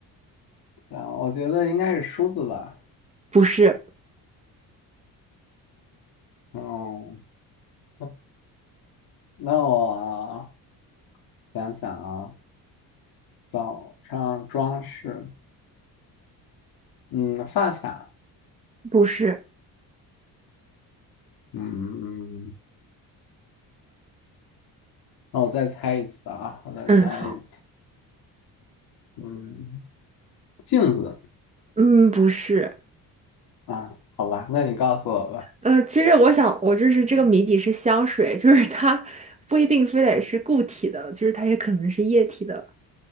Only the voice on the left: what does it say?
啊，我觉得应该是梳子吧。
嗯，<laughs> 那我想想啊。早上装饰，嗯，发卡，
嗯，那我再猜一次啊，我再猜一次，
嗯，镜子
啊，好吧，那你告诉我吧。